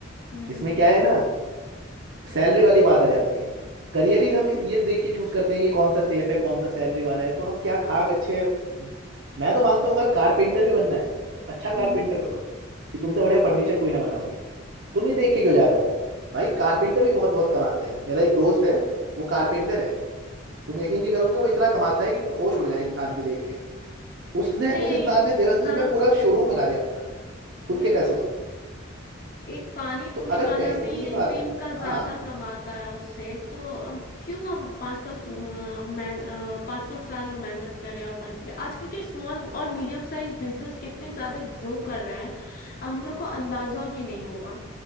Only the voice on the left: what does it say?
हम्म
हम्म,
अरे
एक-
हाँ
बिल्कुल
एक पानी
पूरी
वाला
भी
दिन
का ज्यादा
कमाता है उससे तो अ, क्यों हम पाँच पाँच मैं पाँच पाँच साल हम मेहनत करें और पानी पूरी आजकल के स्मॉल और मीडियम साइज बिजनेस कितने ज्यादा ग्रो कर रहे हैं अ, हम लोग को अंदाजा भी नहीं होगा